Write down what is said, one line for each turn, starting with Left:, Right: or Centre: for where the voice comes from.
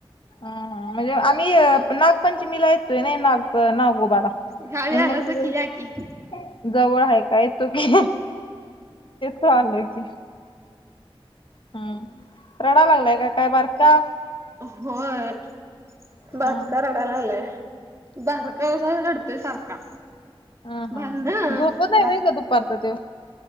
Left: हां हां म्हणजे आम्ही नागपंचमीला येतोय ना नाग तर नागोबाला म्हणुन
Right: ह्यावेळी आलासा
Left: म्हणलं
Right: की या की
Left: तिथं जवळ आहे काय येतो की. त आलोय की हम्म रडा लागलाय का काय बारका?
Right: होय
Left: हा
Right: बारका रडायला लागला आहे. दारका सा रडतोय सारखा.
Left: हा
Right: भांडण
Left: हा हा झोपत नाही
Right: बस
Left: बाई दुपारचा तेव?